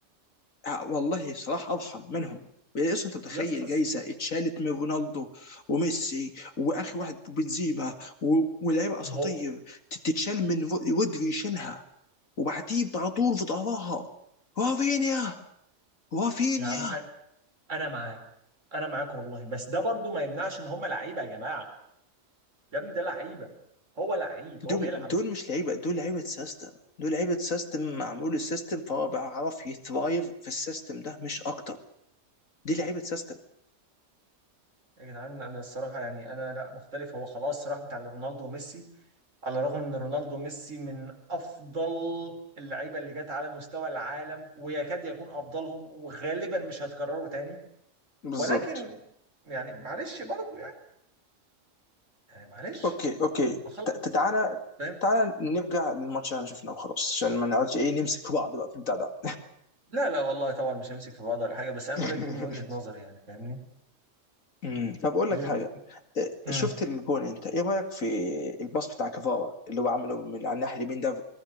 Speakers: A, on the left (about 85°); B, on the right (about 70°).
A: آه، والله صلاح ارحم منهم اصلا انت متخيل
B: يا اسطى ازاي
A: جايزه
B: يا اسطى؟
A: اتشالت من رونالدو وميسي واخر واحد بنزيما و... ولاعيبه اساطير
B: هو
A: تت- تتشال من رو- رودري يشيلها وبعديه على طول في ظهرها رافينيا رافينيا
B: يا عم انا معاك انا معاك والله بس ده برضو ما يمنعش ان هم لعيبه يا جماعه يا ابني ده لعيبه هو لعيب
A: دول
B: هو بيلعب
A: دول مش لعيبه دول لعيبه سيستم دول لعيبه سيستم معمول السيستم فهو بيعرف يثرايف في السيستم ده مش اكتر دي لعيبه سيستم
B: يا جدعان انا الصراحه يعني انا لا مختلف هو خلاص راح بتاع رونالدو وميسي على الرغم ان رونالدو وميسي من افضل اللعيبه اللي جت على مستوى العالم ويكاد يكون افضلهم وغالبا مش هيتكرروا تاني
A: بالظبط
B: ولكن يعني معلش برضو يعني يعني معلش
A: اوكي اوكي
B: ما خلاص
A: ت- ت- تعالى
B: فاهم
A: تعالى نرجع للماتش اللي احنا شفناه وخلاص عشان ما نقعدش ايه نمسك بعض بقى في البتاع ده
B: لا لا والله طبعا مش همسك في بعض ولا حاجه بس
A: <laughs>
B: انا بقول لك دي من وجهه نظري يعني فاهمني
A: امم طب اقول
B: دي
A: لك حاجه إيه،
B: امم
A: شفت الجون انت ايه رايك في الباص بتاع كفارا اللي هو عمله من على الناحيه اليمين ده